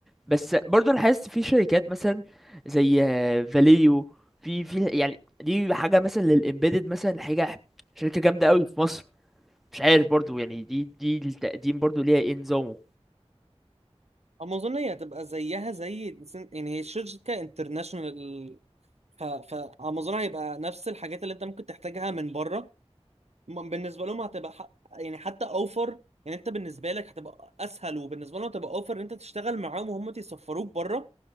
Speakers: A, in the centre; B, on the right.
A: بس برضو انا حاسس في شركات مثلا زي فاليو في في يعني دي حاجة مثلا للإمبيدد مثلا حاجة شركة جامدة قوي في مصر مش عارف برضو يعني دي دي التقديم برضو ليها ايه نظامه
B: امازون هي هتبقى زيها زي يعني هي شركه انترناشونال ف... فامازون هيبقى نفس الحاجات اللي انت ممكن تحتاجها من بره م- بالنسبه لهم هتبقى ح... يعني حتى اوفر يعني انت بالنسبه لك هتبقى اسهل وبالنسبه لهم هتبقى اوفر ان انت تشتغل معاهم وهم يسفروك بره